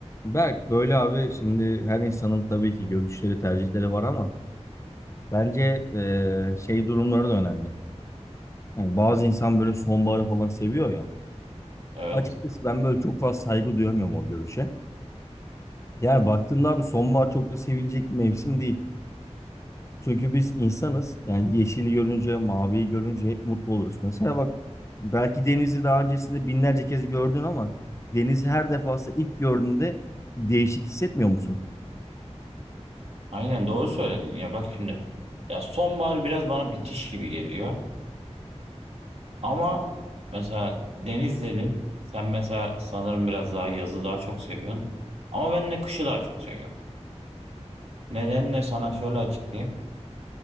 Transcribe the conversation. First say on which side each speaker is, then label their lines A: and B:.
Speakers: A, on the left; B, on the right.
A: Berk böyle abi şimdi her insanın tabii ki görüşleri tercihleri var ama bence eee,
B: Hı,
A: şey durumları da önemli. Yani bazı insan böyle sonbaharı falan seviyor ya.
B: Evet.
A: Açıkçası ben böyle çok fazla saygı duyamıyorum o görüşe. Yani baktığımda abi sonbahar çok da sevilecek bir mevsim değil. Çünkü biz insanız. Yani yeşili görünce, maviyi görünce hep mutlu oluruz. Mesela bak belki denizi daha öncesinde binlerce kez gördün ama denizi her defasında ilk gördüğünde değişik hissetmiyor musun?
B: Aynen doğru söyledin. Ya bak şimdi. Ya sonbahar biraz bana bitiş gibi geliyor. Ama mesela deniz dedin. Sen mesela sanırım biraz daha yazı daha çok seviyorsun. Ama ben de kışı daha çok seviyorum. Nedenle sana şöyle açıklayayım.